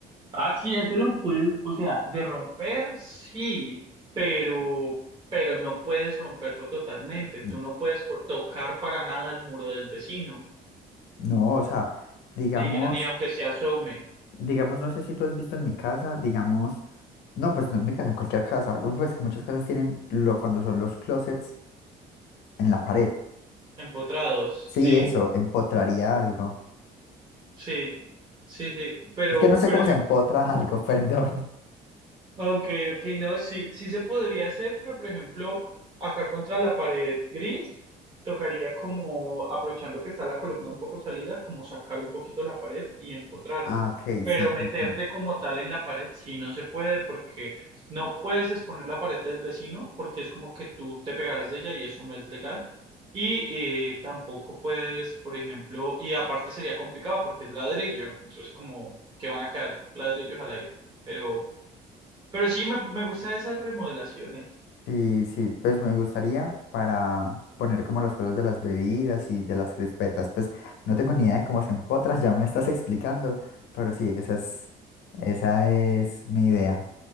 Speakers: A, on the right; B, on the left.
A: Ah, sí, este lo puedes, o sea, de romper, sí, pero, pero no puedes romperlo totalmente. Tú
B: N-
A: no puedes por tocar para nada el muro del vecino,
B: No, o sea, digamos,
A: ni, ni aunque se asome,
B: digamos, no sé si tú has visto en mi casa, digamos, no, pues no en mi casa, en cualquier casa, pues que muchas casas tienen lo cuando son los closets en la pared.
A: empotrados,
B: Sí,
A: ¿sí?
B: eso, empotraría algo.
A: Sí, sí, sí, pero,
B: Es que no sé
A: pero
B: cómo
A: yo
B: se empotra algo, <laughs> perdón.
A: Ok, ok, no, sí, sí se podría hacer, pero por ejemplo, acá contra la pared gris, tocaría como, aprovechando que está la columna un poco salida, como sacar un poquito la pared y empotrarlo.
B: Ah, ok,
A: Pero
B: sí, sí,
A: meterte
B: sí.
A: como tal en la pared sí no se puede, porque no puedes exponer la pared del vecino, porque es como que tú te pegarás de ella y eso no es legal. Y eh, tampoco puedes, por ejemplo, y aparte sería complicado porque es ladrillo, entonces como que van a quedar ladrillos al aire, pero... Pero sí me, me gustan esas remodelaciones.
B: Sí, sí, pues me gustaría para poner como las cosas de las bebidas y de las crispetas. Pues no tengo ni idea de cómo se empotras, <laughs> ya me estás explicando, pero sí, esa es, esa es mi idea.